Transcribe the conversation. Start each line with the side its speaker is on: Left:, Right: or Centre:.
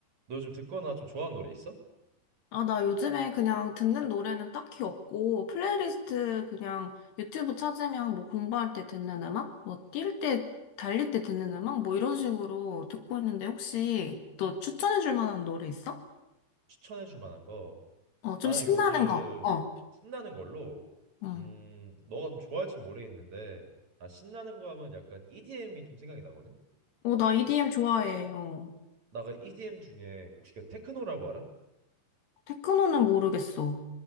Right: 너 요즘 듣거나 좀 좋아하는 노래 있어?
Left: 아, 나 요즘에 그냥 듣는 노래는 딱히 없고, 플레이리스트 그냥 유튜브 찾으면 뭐 공부할 때 듣는 음악? 뭐 뛸 때, 달릴 때 듣는 음악? 뭐 이런 식으로 듣고 있는데 혹시 너 추천해 줄 만한 노래 있어?
Right: 추천해 줄 만한 거.
Left: 어, 좀
Right: 나는
Left: 신나는
Right: 요즘
Left: 거. 어.
Right: 신나는 걸로
Left: 응.
Right: 음, 너가 좀 좋아할지 모르겠는데 나 신나는 거 하면 약간 EDM이 좀 생각이 나거든.
Left: 어, 나 EDM 좋아해. 어.
Right: 나가 EDM 중에 혹시 그 테크노라고 알아?
Left: 테크노는 모르겠어.